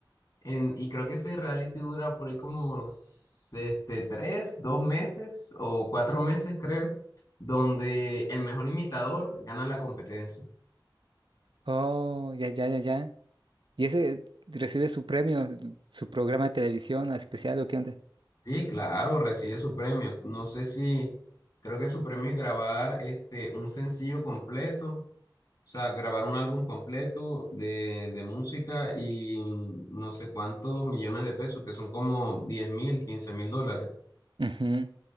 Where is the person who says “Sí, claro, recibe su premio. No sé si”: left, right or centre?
Left